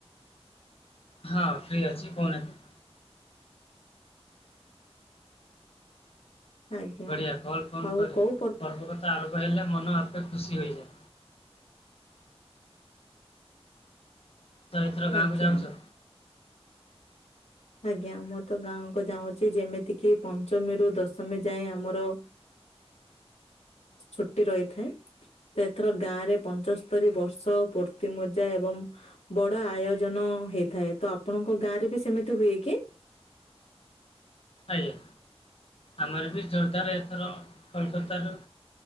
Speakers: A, on the left (about 60°); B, on the left (about 80°).
A: ହଁ ଫ୍ରି ଅଛି କଉ ନାହାନ୍ତି।
B: ଆଜ୍ଞା
A: ବଢିଆ କଲ୍ ଫୋନ୍
B: ଆଉ
A: କରି
B: କୋଉ
A: ପର୍ବ କଥା ଆରମ୍ଭ ହେଲେ ମନ ଏପେ ଖୁସି ହୋଇଯାଏ। ତ ଏଥର ଗାଁକୁ
B: ଆଜ୍ଞା
A: ଯାଉଚ?
B: ଆଜ୍ଞା ମୁଁ ତ ଗାଁ କୁ ଯାଉଁଛି ଯେମିତି କିି ପଞ୍ଚମୀରୁୁ ଦଶମୀ ଯାଏ ଆମର ଛୁଟି ରହିଥାଏ। ତ ଏଥର ଗାଁ ରେ ପଞ୍ଚସ୍ତରୀ ବର୍ଷ ପୂର୍ତ୍ତି ମଜା ଏବଂ ବଡ ଆୟୋଜନ ହେଇଥାଏ ତ ଆପଣଙ୍କ ଗାଁ ରେ ବି ସେମିତି ହୁଏ କି?
A: ଆଜ୍ଞା। ଆମର ବି ଜୋରଦାର ଏଥର କୋଲକତାରୁ